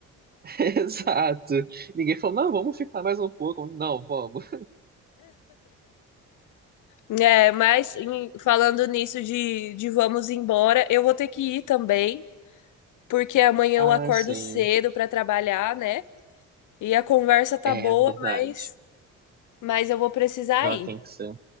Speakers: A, on the right; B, on the left.
A: <laughs> exato. Ninguém falou, não, vamos ficar mais um pouco. Não, vamos.
B: É, mas em- falando nisso de, de vamos embora, eu vou ter que ir também, porque amanhã
A: Ah,
B: eu acordo
A: sim,
B: cedo para trabalhar, né? E a conversa tá
A: é
B: boa,
A: verdade.
B: mas, mas eu vou precisar
A: Não,
B: ir.
A: tem que ser.